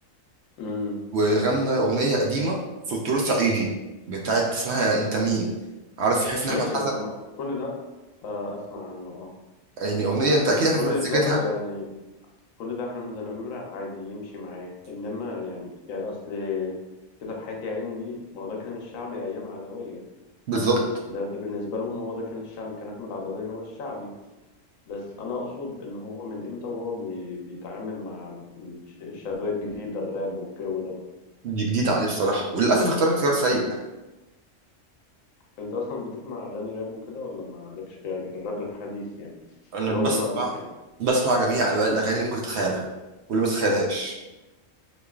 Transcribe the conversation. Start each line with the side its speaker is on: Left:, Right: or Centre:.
Left: امم
Right: وغنى أغنية قديمة فولكلور صعيدي بتاعت اسمها أنت مين عارف حفني
Left: ماشي
Right: أحمد حسن
Left: طب ما- كل ده آه اسمع عنه اه
Right: يعني أغنية أنت
Left: بس
Right: أكيد عارف
Left: كل
Right: مزيكتها
Left: ده يعني كل ده حمزة نمرة عادي يمشي معاه انما يعني يعني اصل كتاب حياتي يا عين دي ما هو ده كان الشعبي ايام عدوية
Right: بالظبط
Left: ده ده بالنسبة لهم هو ده كان الشعبي كان احمد عدوية هو الشعبي بس انا اقصد ان هو من امتى وهو بي بيتعامل مع الش- الشباب الجديد الراب والجو ده
Right: دي جديدة عليه الصراحة وللأسف اختار اختيار سيء
Left: انت اصلا بتسمع اغاني راب وكده ولا مالكش فيها الراب الحديث يعني
Right: أنا
Left: اللي
Right: بسمع
Left: هو بيقولوا عليه تراب
Right: بسمع جميع أنواع الأغاني اللي ممكن تتخيلها واللي ما تتخيلهاش